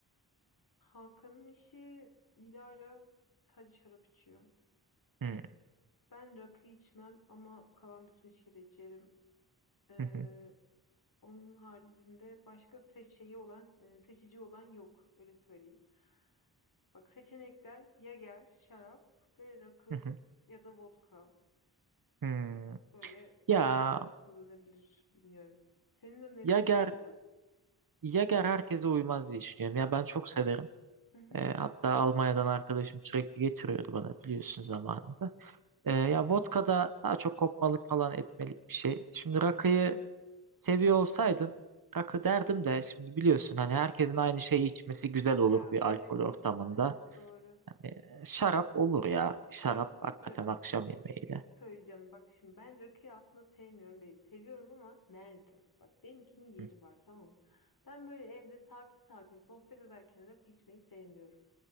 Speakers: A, on the left; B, on the right.
A: Hakan'ın eşi Dilara sadece şarap içiyor.
B: Hı
A: Ben rakı içmem ama kalan bütün içkileri içerim. Ee,
B: hı hı
A: onun haricinde başka seç şeyi olan e, seçici olan yok öyle söyleyeyim. Bak seçenekler Yager, şarap ve rakı
B: hı. hı.
A: ya da vodka.
B: Hmm.
A: Böyle
B: Ya
A: dördü arasına dönebilir. Bilmiyorum. Senin önerin
B: Yager
A: varsa.
B: Yager herkese uymaz diye düşünüyorum. Ya ben çok severim.
A: Hı hı.
B: E, hatta Almanya'dan arkadaşım sürekli getiriyordu bana biliyorsun zamanında. Ee, ya vodka'da daha çok kopmalık falan etmelik bir şey. Şimdi rakıyı seviyor olsaydın rakı derdim de şimdi biliyorsun hani herkesin aynı şeyi içmesi güzel
A: Ya
B: olur bir
A: evet.
B: alkol ortamında.
A: Evet doğru.
B: Ee, Şarap olur ya. Şarap
A: Bir şey
B: hakikaten
A: sö-
B: akşam yemeğiyle.
A: söyleyeceğim. Bak şimdi ben rakıyı aslında sevmiyorum değil. Seviyorum ama nerede? Bak benimkinin yeri
B: Hı
A: var tamam mı? Ben böyle evde sakin sakin sohbet ederken rakı içmeyi sevmiyorum.